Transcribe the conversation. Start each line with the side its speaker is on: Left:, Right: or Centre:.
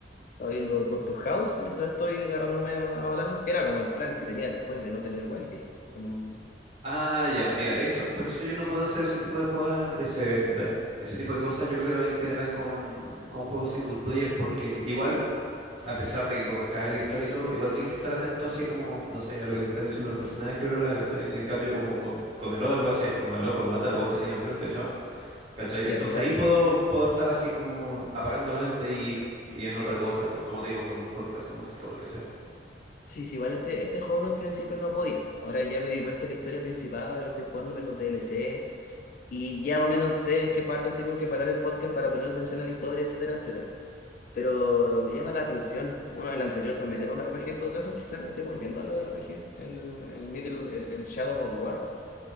Left: estaba viendo Doctor House mientras estoy agarrándome a, a balazos, que era como el plan que tenía después de no tener Wildgate, como...
Right: Ah, ya, mira, eso, por eso yo no puedo hacer ese tipo de juegos, ese, bleh, ese tipo de cosas, yo creo en general con, con juegos single player, porque igual, a pesar de que conozcas la historia y todo, igual tienes que estar atento así como, no sé, a lo que te están diciendo los personajes, bla, bla, bla, ¿cachai? En cambio, como con, con el Overwatch es como, loco, mata al weón que tiene al frente, chao, ¿cachai?
Left: Ya
Right: Entonces
Left: es igual,
Right: ahí puedo,
Left: sí.
Right: puedo estar así como apagando la mente y, y en otra cosa, como, como te digo, con un podcast o música o lo que sea.
Left: Sí, sí, igual este, este juego no al principio no podía. Ahora ya me di vuelta a la historia principal, estoy jugándome los DLC y ya más o menos sé en qué partes tengo que parar el podcast para poner atención a la historia, etcétera, etcétera. Pero me llama la atención. Bueno, el anterior también era un RPG, en todo caso, quizás me estoy volviendo a los RPG. El, el Middle, el, el Shadow of War,